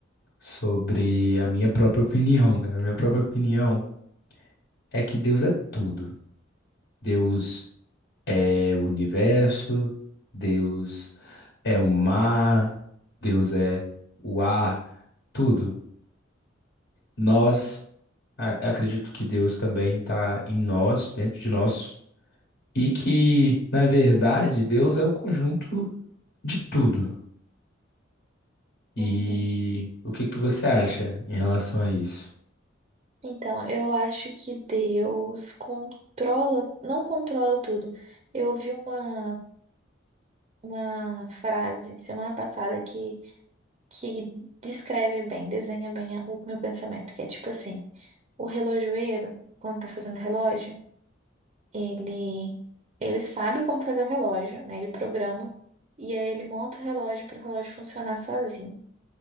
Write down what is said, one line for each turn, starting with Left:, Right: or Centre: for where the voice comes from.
Left: sobre a minha própria opinião, né? A minha própria opinião é que Deus é tudo. Deus é o universo, Deus é o mar, Deus é o ar, tudo. Nós, a- acredito que Deus também está em nós, dentro de nós, e que, na verdade, Deus é o conjunto de tudo. E
Right: Uhum.
Left: o que que você acha em relação a isso?
Right: Então, eu acho que Deus controla, não controla tudo. Eu ouvi uma, uma frase semana passada que, que descreve bem, desenha bem a- o meu pensamento, que é tipo assim, o relojoeiro, quando tá fazendo relógio, Ele, ele sabe como fazer o relógio, né? Ele programa e aí ele monta o relógio para o relógio funcionar sozinho.